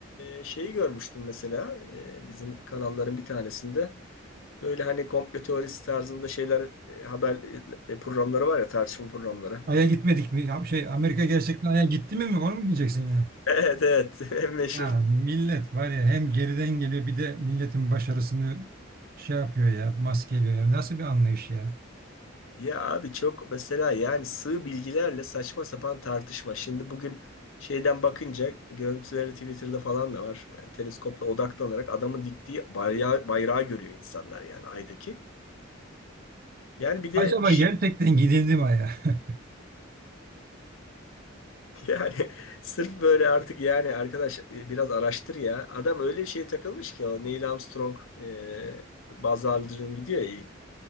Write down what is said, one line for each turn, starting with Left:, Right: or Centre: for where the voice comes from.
Left: e, şeyi görmüştüm mesela e, bizim kanalların bir tanesinde böyle hani komplo teorisi tarzında şeyler e, haber e, e, programları var ya tartışma programları.
Right: Ay'a gitmedik mi? Ya şey Amerika gerçekten Ay'a gitti mi mi? Onu mu diyeceksin yine?
Left: Evet evet <laughs> en meşhur.
Right: Ya millet var ya hem geriden geliyor bir de milletin başarısını şey yapıyor ya maskeliyor ya. Nasıl bir anlayış ya?
Left: Ya abi çok mesela yani sığ bilgilerle saçma sapan tartışma. Şimdi bugün şeyden bakınca görüntüleri Twitter'da falan da var. Yani teleskopla odaklanarak adamın diktiği bayrağı, bayrağı görüyor insanlar yani aydaki. Yani bir de
Right: Acaba
Left: şey
Right: gerçekten gidildi mi Ay'a? <laughs>
Left: Yani <laughs> sırf böyle artık yani arkadaş e, biraz araştır ya. Adam öyle bir şeye takılmış ki o Neil Armstrong e, Buzz Aldrin gidiyor ya ilk.